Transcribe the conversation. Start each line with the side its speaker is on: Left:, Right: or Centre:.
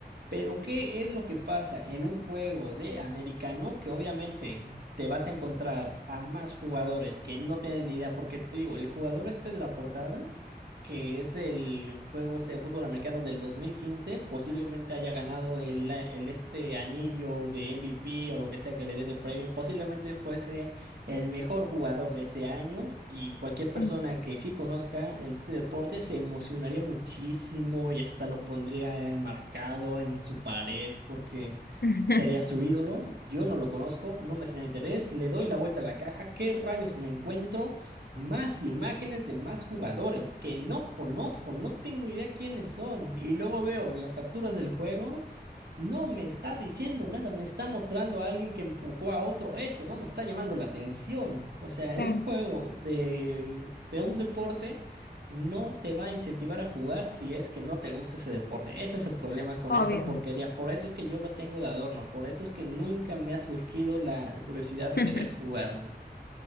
Right: Pero, ¿qué es lo que pasa en un juego de americano? Que obviamente te vas a encontrar a más jugadores que no tienen ni idea, porque te digo, el jugador este de la portada, que es el juego este de fútbol americano del 2015, posiblemente haya ganado el, el este anillo de MVP o lo que sea que le den el premio, posiblemente fuese el mejor jugador de ese año y cualquier persona
Left: sí.
Right: que sí conozca este deporte se emocionaría muchísimo y hasta lo pondría enmarcado en su pared porque
Left: <laughs>
Right: sería su ídolo. Yo no lo conozco, no me genera interés, le doy la vuelta a la caja, ¿qué rayos me encuentro? Más imágenes de más jugadores que no conozco, no tengo idea quiénes son y luego veo las capturas del juego. No me está diciendo nada, me está mostrando a alguien que empujó a otro, eso no me está llamando la atención. O sea,
Left: Claro,
Right: un juego de, de un deporte no te va a incentivar a jugar si es que no te gusta ese deporte. Ese es el problema con
Left: obvio.
Right: esta porquería. Por eso es que yo lo tengo de adorno, por eso es que nunca me ha surgido la curiosidad de
Left: <laughs>
Right: querer jugarlo.